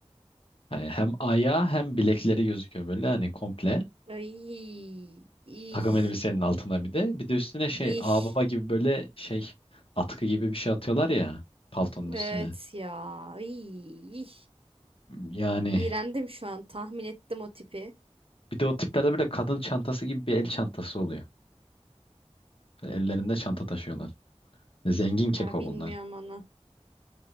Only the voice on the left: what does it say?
hani hem ayağı hem bilekleri gözüküyor böyle hani komple.
Takım elbisenin altına bir de. Bir de üstüne şey
ağbaba gibi böyle şey atkı gibi bir şey atıyorlar ya paltonun üstüne.
Yani
bir de o tiplerde böyle kadın çantası gibi bir el çantası oluyor. Böyle Ellerinde çanta taşıyorlar. Zengin keko
bunlar.